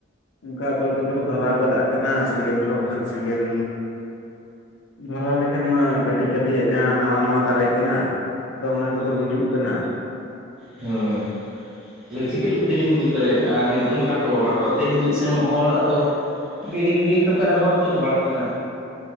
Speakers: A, on the left (about 70°); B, in the centre.
A: ᱚᱱᱠᱟ ᱚᱠᱚᱭ ᱠᱚᱪᱚ ᱠᱚ ᱫᱷᱚᱨᱟᱣ ᱜᱚᱫᱟᱜ ᱠᱟᱱᱟ ᱥᱮᱸᱜᱮᱞ ᱠᱚ ᱵᱟᱠᱷᱟᱱ ᱥᱮᱸᱜᱮᱞ ᱫᱷᱚᱨᱟᱣ ᱞᱮᱠᱷᱟᱱ ᱢᱟ ᱠᱟᱹᱴᱤᱡ ᱠᱟᱹᱴᱤᱡᱟᱜ ᱡᱟᱦᱟᱸ ᱱᱟᱶᱟ ᱱᱟᱶᱟ ᱫᱟᱨᱮᱜ ᱠᱟᱱᱟ, ᱟᱫᱚ ᱚᱱᱟ ᱠᱚᱫᱚ ᱜᱩᱡᱩᱜ ᱠᱟᱱᱟ᱾
B: ᱦᱩᱸᱻ ᱟᱫᱚ ᱪᱤᱠᱟᱹ ᱞᱮᱠᱟ ᱛᱮᱞᱤᱧ ᱵᱩᱡᱽ ᱫᱟᱲᱮᱭᱟᱜ-ᱟ ᱱᱚᱝᱠᱟ ᱛᱚ ᱨᱟᱥᱛᱟ ᱛᱮ ᱦᱤᱡᱩᱜ ᱥᱮᱱᱚᱜ ᱦᱚᱲ, ᱟᱫᱚ ᱵᱤᱲᱤ ᱜᱤᱲᱤᱜ ᱦᱚᱴᱚ ᱠᱟᱜ ᱨᱮᱦᱚᱸ ᱛᱚ ᱫᱷᱚᱨᱟᱜ ᱠᱟᱱᱟ᱾